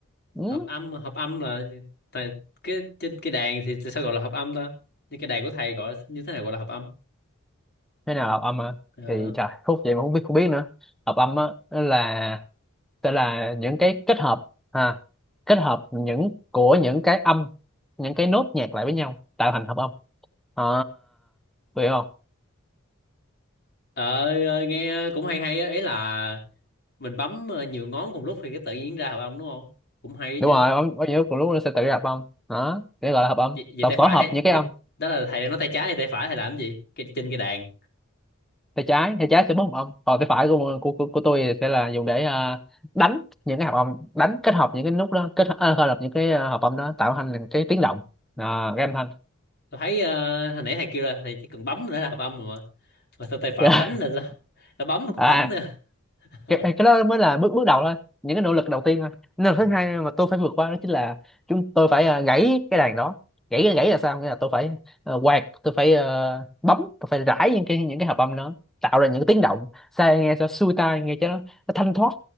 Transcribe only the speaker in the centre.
ừ.
thế nào là hợp âm à?
thì trời khúc vậy mà không biết không biết nữa hợp âm á nó là tức là những cái kết hợp ha kết hợp những của những cái âm những cái nốt nhạc lại với nhau tạo thành hợp âm à, hiểu không
đúng
rồi âm có nhiều cùng lúc nó sẽ tự hợp âm đó cái gọi là hợp âm
tập
tổ
hợp
những cái
âm
tay trái tay trái sẽ bấm hợp âm còn tay phải của của của, của tôi sẽ là dùng để à, đánh những cái hợp âm đánh kết hợp những cái nút đó kết à, kết hợp những cái à, hợp âm đó tạo thành cái tiếng động à, cái âm thanh
<laughs>
à,
cái, cái đó mới là bước bước đầu thôi những cái nỗ lực đầu tiên thôi nỗ
lực thứ hai mà tôi phải vượt qua đó chính là chúng tôi phải à, gãy cái đàn đó gãy gãy là sao nghĩa là tôi phải ờ, quạt tôi phải ờ, bấm tôi phải rải những cái những cái hợp âm đó tạo ra những cái tiếng động sao nghe cho xuôi tai nghe cho nó, nó thanh thoát